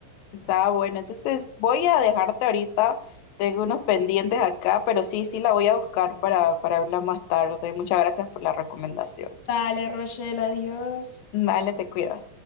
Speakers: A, on the left; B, on the left.
A: Está bueno, entonces voy a dejarte ahorita, tengo unos pendientes acá, pero sí, sí la voy a buscar para, para verla más tarde. Muchas gracias por la recomendación.
B: Vale, Rochelle, adiós.
A: Dale, te cuidas.